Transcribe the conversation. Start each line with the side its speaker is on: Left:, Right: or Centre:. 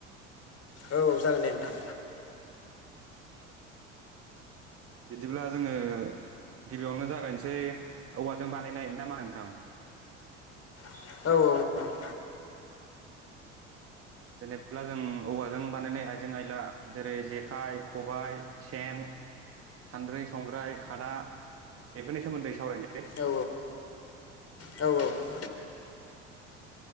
Left: औ जागोन दे नोंथां
Right: बिदिब्ला जोंङो गिबियावनो जागायसै औवाजों बानायनाय नामा होनो नोंथां
Left: औ औ औ
Right: जेनेब्ला जों औवाजों बानायनाय आइजें आयला जेरै जेखाइ खबाय सेन सान्द्रि संग्राय खादा बेफोरनि सोमोन्दै सावरायनोसै
Left: औ औ औ